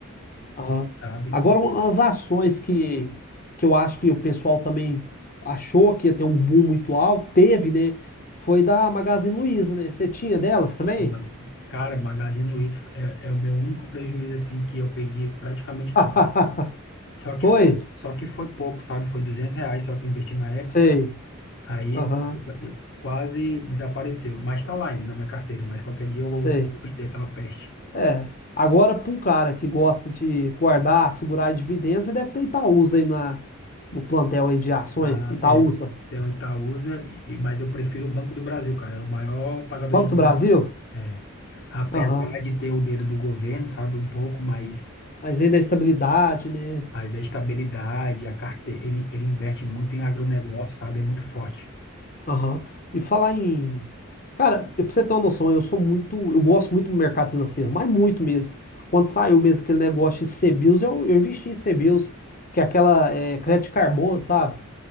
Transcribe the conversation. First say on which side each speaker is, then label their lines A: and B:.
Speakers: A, on the left; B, on the left.
A: Aham.
B: sabe?
A: Agora,
B: E,
A: um, umas ações que, que eu acho que o pessoal também achou que ia ter um boom muito alto, teve, né? Foi da Magazine Luiza, né? Você tinha delas também?
B: uma- cara, Magazine Luiza é, é o meu único prejuízo, assim, que eu perdi praticamente
A: <laughs>
B: tudo. Só que
A: Foi?
B: foi, só que foi pouco, sabe? Foi 200 reais só que eu investi na época.
A: Sei.
B: Aí
A: Aham,
B: opa, deu- quase desapareceu, mas está lá ainda na minha carteira, mas qualquer dia eu vou
A: sei.
B: vou vender aquela peste.
A: É. Agora, para um cara que gosta de guardar, segurar dividendos, ele deve ter Itaúsa aí na, no plantel aí de ações.
B: Lá
A: Itaúsa.
B: tem, tem o Itaúsa, e- e- mas eu prefiro o Banco do Brasil, cara, é o maior pagador
A: Banco
B: de dividendos.
A: do Brasil?
B: É. Apesar
A: Aham.
B: de ter o dedo do governo, sabe, um pouco, mas,
A: Mas vem da estabilidade, né?
B: mas a estabilidade, a carteira, ele, ele investe muito em agronegócio, sabe, é muito forte.
A: Aham. E falar em. Cara, eu- pra você ter uma noção, eu sou muito. Eu gosto muito do mercado financeiro, mas muito mesmo. Quando saiu mesmo aquele negócio de CBIOS, eu, eu investi em CBIOS, que é aquela é, crédito de carbono, sabe?